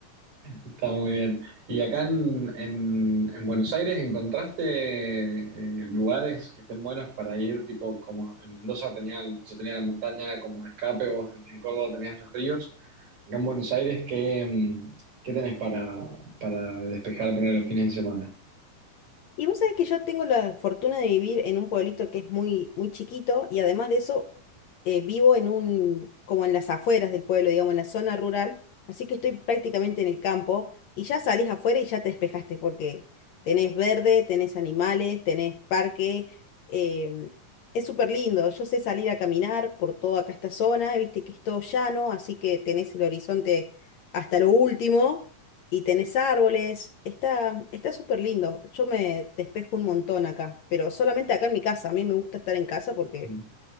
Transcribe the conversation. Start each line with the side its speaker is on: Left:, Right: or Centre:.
Right: Está muy bien. ¿Y acá en, en- en Buenos Aires encontraste eh, lugares que estén buenos para ir? Tipo, como en Mendoza tenía, el- yo tenía la montaña como de escape, vos en, en Córdoba tenías los ríos. Acá en Buenos Aires, ¿qué, mm, qué tenés para, para despejar, poner los fines de semana?
Left: Y vos sabés que yo tengo la fortuna de vivir en un pueblito que es muy, muy chiquito y además de eso eh, vivo en un, como en las afueras del pueblo, digamos, en la zona rural, así que estoy prácticamente en el campo y ya salís afuera y ya te despejaste porque tenés verde, tenés animales, tenés parque, em, es súper lindo. Yo sé salir a caminar por toda acá esta zona, viste que es todo llano, así que tenés el horizonte hasta lo último y tenés árboles, está, está súper lindo. Yo me despejo un montón acá, pero solamente acá en mi casa. A mí me gusta estar en casa porque
Right: Ujú.